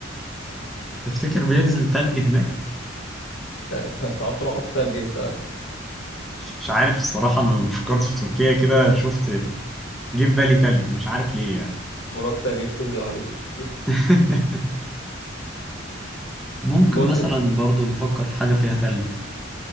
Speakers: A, in the centre; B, on the left.
A: تفتكر بينزل تلج هناك
B: انت انت عاوز تروح على التلج انت
A: مش عارف الصراحة أنا لما فكرت في تركيا كده شفت جه في بالي تلج مش عارف ليه يعني
B: كرات التلج بتنزل عليك
A: <laughs> ممكن
B: بص
A: مثلا
B: انت
A: برضو نفكر في حاجة فيها تلج